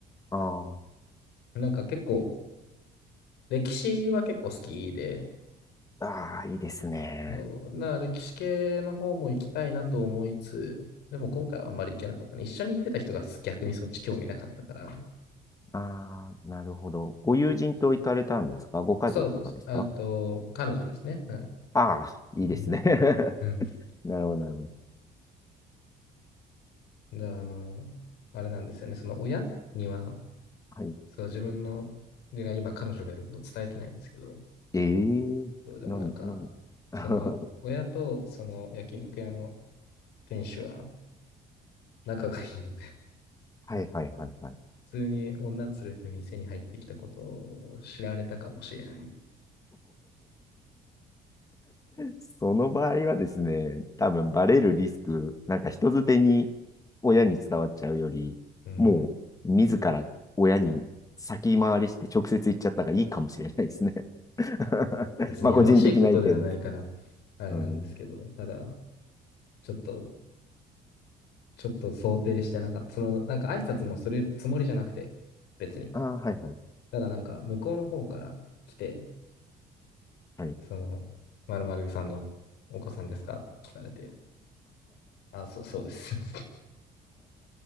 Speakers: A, on the left; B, on the left.
A: あ
B: なんか結構、歴史は結構好きで、
A: あ、ああ、いいですね。
B: そうな歴史系の方も行きたいなと思いつつ、でも今回はあんまり行けなかったね。一緒に行ってた人が逆にそっち興味なかったから、
A: ああ、なるほど。ご友人と行かれたんですかご家族とかですか
B: そうです。あと、彼女ですね。はい。
A: ああ、いいですね。
B: うん。
A: <laughs>
B: うん
A: なるほど、なるほど。
B: で、あの、あれなんですよね。その親には、
A: はい。
B: そう、自分の、自分が今彼女がいることを伝えてないんですけど、
A: ええなん、
B: そうでもなんか、
A: なん、<laughs> は
B: その、親とその焼肉屋の店主は仲がいいので、
A: いはいはいはい。
B: 普通に女連れて店に入ってきたことを知られたかもしれない。
A: その場合はですね、多分バレるリスク、なんか人づてに親に伝わっちゃうより、
B: うん。
A: もう自ら親に先回りして直接言っちゃった方がいいかもしれないですね。<laughs>
B: 別にやましいことではないから、
A: まあ個人的な意見ですけど。
B: あれなんですけど、
A: うん。
B: ただ、ちょっとちょっと想定してなかった。その、なんか挨拶もするつもりじゃなくて、別に。
A: ああ、はいはい。
B: ただなんか、向こうの方から来て、
A: はい。
B: その、丸るさんのお子さんですか聞かれて、あ、そう、そうです。<laughs>